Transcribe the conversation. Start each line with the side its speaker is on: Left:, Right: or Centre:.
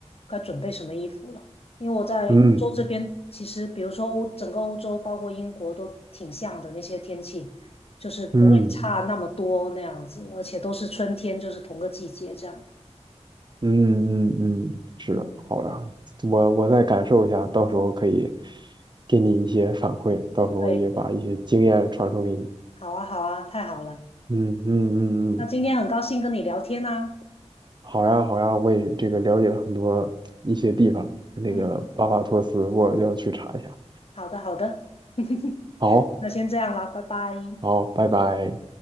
Left: 该准备什么衣服了。因为我在欧洲这边，
Right: 嗯
Left: 其实比如说欧整个欧洲，包括英国都挺像的那些天气，就是不会差那么多那样子，
Right: 嗯
Left: 而且都是春天，就是同个季节这样。
Right: 嗯嗯嗯，是的。
Left: 嗯，
Right: 好呀，我我再感受一下，到时候可以给你一些反馈，到时候也把一些经验传授给你。
Left: 对，好啊，好啊，太好了。
Right: 嗯嗯嗯嗯。
Left: 那今天很高兴跟你聊天啊。
Right: 好呀，好呀，我也这个了解了很多一些地方，那个巴巴托斯，
Left: 嗯，
Right: 我要去查一下。
Left: 好的，好的，<laughs>
Right: 好，
Left: 那先这样了，拜拜。
Right: 好，拜拜。